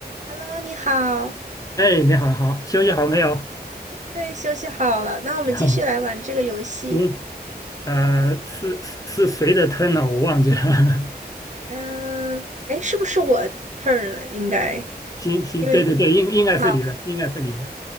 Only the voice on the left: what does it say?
哎，你好，好，休息好没有？
<laughs> 嗯，呃，是是是谁的 turn 呢？我忘记了。<laughs>
行行，
对对对，应应该是你的，
应该是你的。